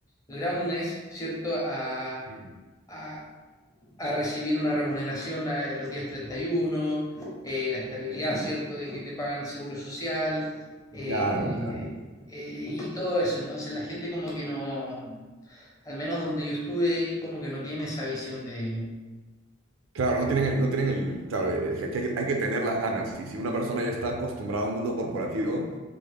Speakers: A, on the left; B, on the right.
A: groundness, ¿cierto? A,
B: Sí.
A: a- a recibir una remuneración a los días 31, eh, la estabilidad, ¿cierto?, de que te pagan el seguro social eh,
B: Claro, claro.
A: eh, y todo eso. Entonces la gente como que no, al menos donde yo estuve ahí, como que no tiene esa visión de,
B: Claro, no tienen el, no tienen el, claro, eh, que hay, hay que tener las ganas. Y si una persona ya está acostumbrada a un mundo corporativo,